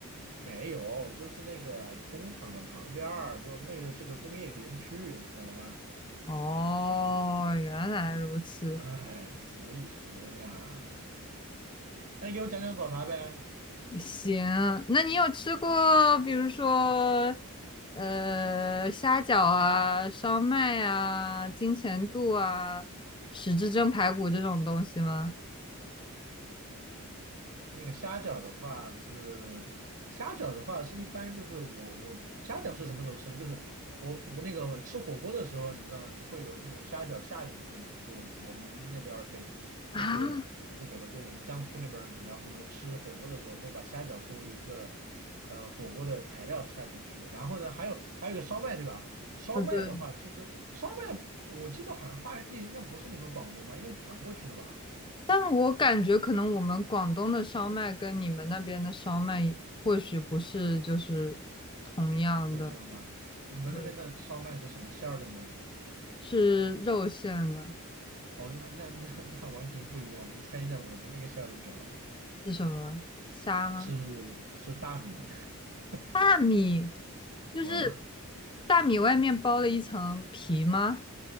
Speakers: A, on the right; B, on the left.
A: 没有，就是那个工厂的旁边儿，就那个是个工业园区，懂了吗？
B: 哦，原来如此，
A: 哎，所以说呀，那你给我讲讲早茶呗。
B: 行，那你有吃过，比如说，呃，虾饺啊、烧麦啊、金钱肚啊、十字蒸排骨这种东西吗？
A: 虾饺的话是虾饺的话是一般就是我我虾饺是什么时候吃呢？就是我我那个吃火锅的时候，你知道吗？会有那种虾饺下进去嘛？就我们那边儿北就是不是北边儿就是我们江苏那边儿然后呢吃火锅的时候会把虾饺作为一个
B: <laughs> 啊，
A: 呃火锅的材料下进去，然后呢还有还有一个烧麦对吧？烧麦的话，
B: 哦，对。
A: 其实烧麦我记得好像发源地应该不是你们广东吧，应该是传过去的吧？
B: 但我感觉可能我们广东的烧麦跟你们那边的烧麦或许不是就是同样的，
A: 不一样吗？你们那边的烧麦是什么馅儿的呢？
B: 对，是肉馅的，
A: 哦，那那那那完全不一样。你猜一下我们那个馅儿是什么？
B: 是什么？虾吗？
A: 是是大米 <laughs>
B: 大米，就是
A: 啊
B: 大米外面包了一层皮吗？